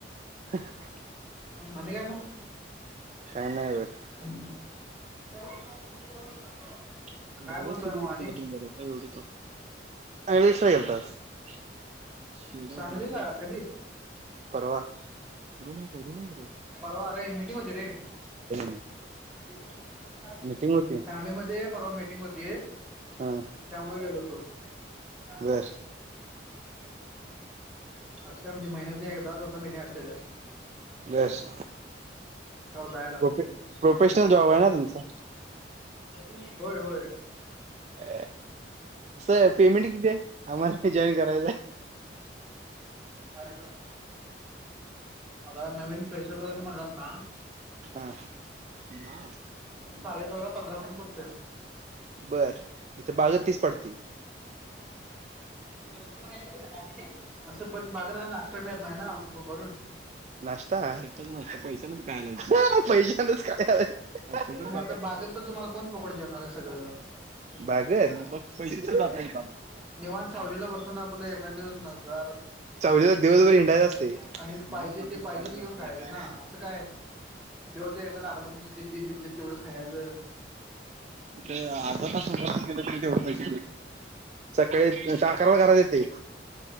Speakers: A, on the right; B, in the centre.
A: <unintelligible> बग.
B: आणि काय मग
A: काय नाही बग.
B: <unintelligible>
A: झाल <unintelligible>
B: मग आणि
A: एवढच. काय विचारायला गेलतास, <unintelligible>
B: सांगलीला
A: झाला.
B: कधी
A: परवा, रूम आहे काय रूम आहे काय बघ.
B: परवा अरे ऐ मी टि होती रे, त्याच
A: मी
B: मी काट करून टाकले
A: मीटिंग होती
B: <unintelligible> सांगलीमध्ये परवा मिटिंग होती,
A: हा
B: त्यामुळे गेलो होतो. चार
A: बर
B: टक्के <unintelligible> असत्या म्हणजे महिन्यात न एकदा दोनदा मीटिंग असत्या रे.
A: बस.
B: तेव्हा जायला लागते
A: प्रफे, प्रोफेशनल जॉब आहे ना तुमचा.
B: प्रथिने, होय होय.
A: अ, असये पेमेंट किती आहे, आम्हाला जॉईन करायचं आहे.
B: खायचा प आता नवीन फ्रेशरला जरी म्हणलास ना.
A: हा, मा.
B: साडे नऊला पंधरा मिनिट बसतय.
A: बर, इथ बागत तीस पडतय.
B: <unintelligible> असं पण बागला नाष्टा मिळत नाही ना उभ राहुन.
A: नाशता <unintelligible> पैशानच खायाला यायचं, पैशानच खायाला, काय फुकट
B: मग आता बागेत तर तुम्हाला कोण फुकट देणार आहे सगळं, <unintelligible>
A: बागत मग बघ पैसे तर जात नाहीत बाबा
B: निवांत सावलीला बसून आपलं एखानद्या वेळेस नजारा
A: चवलीला दिवसभर हिंडायचं असते
B: आणि पाहिजे
A: गाड पाठून
B: ते पाहिजे
A: पाठ
B: ते
A: जाते
B: घेऊन खायाचं
A: काय
B: ना. काय, दिवस एकदा लागलं म्हणजे ते देत्यात तेवढंच खायाचं.
A: तीत अर्धा तास उभा राहून केलं तरी तेवढं पैशे
B: <inaudible>
A: सकाळी दहा आकरला घरात येतोय.